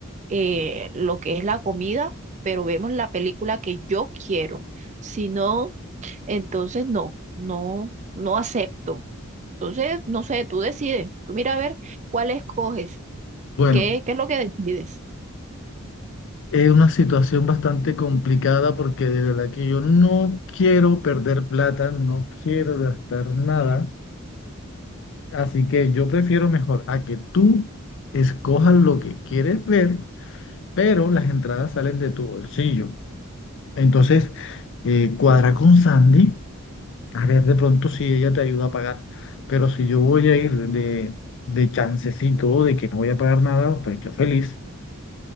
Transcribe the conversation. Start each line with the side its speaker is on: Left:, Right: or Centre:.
Right: eh, lo que es la comida, pero vemos la película que yo quiero. Si no, entonces no, no, no acepto. Entonces, no sé, tú decides. Tú mira a ver cuál escoges,
Left: Bueno,
Right: qué, qué es lo que decides.
Left: es una situación bastante complicada porque de verdad que yo no quiero perder plata, no quiero gastar nada Así que yo prefiero mejor a que tú escojas lo que quieres ver, pero las entradas salen de tu bolsillo. Entonces, eh, cuadra con Sandy, a ver de pronto si ella te ayuda a pagar. Pero si yo voy a ir de, de chancecito, de que no voy a pagar nada, pues yo feliz.